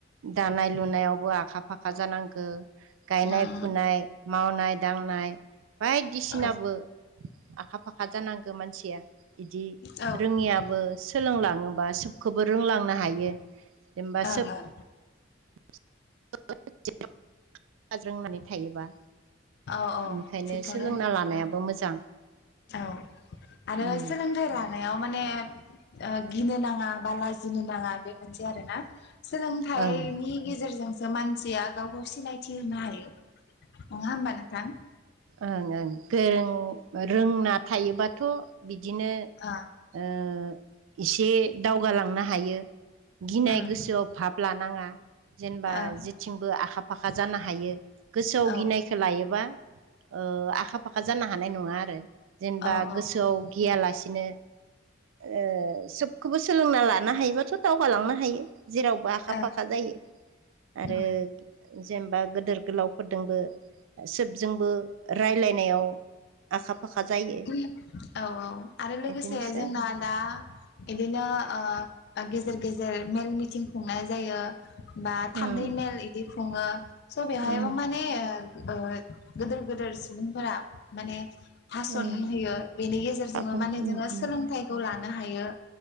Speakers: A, on the right; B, on the left.
A: दानाय लुनायावबो आखा फ फाखा जानांगो गायनाय
B: उम
A: फुनाय मावनाय दांनाय बायदिसि
B: औ
A: बो आखा फाखा जानांगौ मानसिया। इदि
B: औ ओं
A: रोङियाबो सोलोंलाङोबा सोबखोबो रोंलाङ नाहायो जेनेबा
B: ओं
A: सोब <inaudible> गाज्रों नानै थायोबा
B: औ औ
A: बेनिखायनो
B: थिगखौनो
A: सोलोंना
B: होनदों नोंथां
A: लानायाबो मोजां।
B: औ आरो
A: उम
B: सोलोंथाइ रानाय याव माने ओ गिनो नाङा बा लाजिनो नाङा। बे मोनसे आरोना सोलोंथाइनि
A: ओं
B: गेजेरजों जामानसिया गावखौ सिनायथि होनो हायो नङा होमबा नोंथां।
A: ओं ओं गोरों रोंना थायोबाथ' बिद बिदिनो
B: ओ
A: ओ एसे दावगालांनो हायो। गिनाय
B: उम
A: गोसोआव फाब लानाङा जेनेबा
B: ओं
A: जेथिंबो आखा फ फाखा जानो हायो गोसोआव
B: औ
A: गिनायखो लायोबा ओ आखा फाखा जानो हानाय नङा आरो जेनेबा
B: औ
A: गोसोआव
B: औ
A: गियालासिनो ओ सोबखोबो सोलोंना लानो हायोबाथ' दावगालांनो हायो। जेरावबो आखा
B: ओ
A: फाखा जायो आरो।
B: उम
A: जेनेबा गोदोर गोलावफोरदोंबो सोबजोंबो रायलायनायाव आखा फाखा जायो।
B: उहुम औ औ आरो लोगोसे
A: बिदिनोसै
B: जोंना
A: आरो
B: दा इदिनो ओ ओ गेजेर गेजेर मेल मिटिं खुंनाय जायो। बा थान्दै
A: उम
B: मेल इदि खुङो स' बेवहायबो
A: उम
B: माने ओ ओ गोदोर गोदोर सुबुंफोरा माने हासन
A: उम
B: होयो बेनि गेजेरजोंङो
A: हाखौनो
B: माने जोङो
A: उम
B: सोलोंथाइखौ लानो हायो।